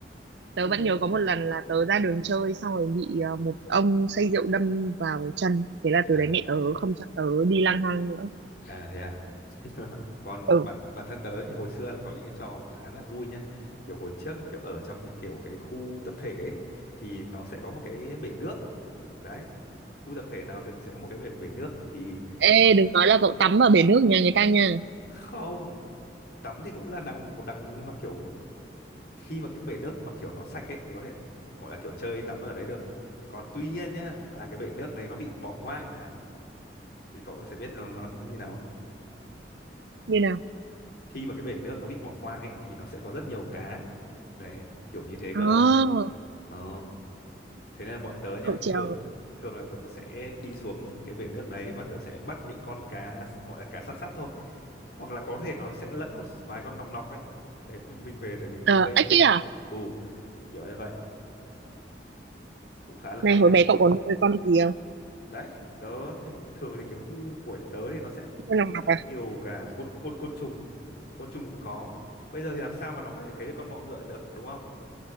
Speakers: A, on the right; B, on the left.
A: tớ
B: Nhưng...
A: vẫn nhớ có một lần là tớ ra đường chơi xong rồi bị ờ, một ông say rượu đâm vào chân thế là
B: Thế
A: từ
B: à?
A: đấy mẹ tớ không cho tớ đi lang thang nữa
B: À thế à? <laughs> Còn
A: ừ
B: bản bản thân tớ thì hồi xưa lại có những cái trò khá là vui nhá. Kiểu hồi trước ấy, kiểu ở trong những kiểu cái khu tập thể ấy, thì nó sẽ có một cái bể nước. Đấy. Khu tập thể nào thường sẽ có một cái bể, bể nước thì
A: ê đừng nói là cậu tắm ở bể nước nhà người ta nha
B: không tắm thì cũng là đằng một đằng nhưng mà kiểu khi mà cái bể nước mà kiểu nó sạch ấy thì có thể gọi là kiểu chơi tắm ở đấy được còn tuy nhiên nhá là cái bể nước đấy nó bị bỏ hoang chẳng hạn thì cậu sẽ biết là nó như nào
A: như nào
B: khi mà cái bể nước nó bị bỏ hoang ấy thì nó sẽ có rất nhiều cá đấy kiểu như thế
A: à,
B: cơ ờ. thế nên bọn tớ nhá
A: cậu trèo
B: thường thường là tớ sẽ đi xuống cái bể nước đấy và tớ sẽ bắt những con cá gọi là cá săn sắt thôi hoặc là có thể nó sẽ lẫn một vài con nòng nọc ấy để mình về để mình
A: ờ
B: nuôi
A: ếch kia à
B: ừ kiểu như vậy cũng khá là
A: này
B: hay
A: hồi
B: đấy
A: bé cậu có nuôi con gì không
B: đấy tớ thường thường thì cái khu của tớ thì nó sẽ
A: nuôi
B: có
A: lòng
B: rất
A: ngọc à
B: nhiều cả côn côn côn trùng côn trùng cũng có bây giờ thì làm sao mà nó có thể thấy được con bọ ngựa được đúng không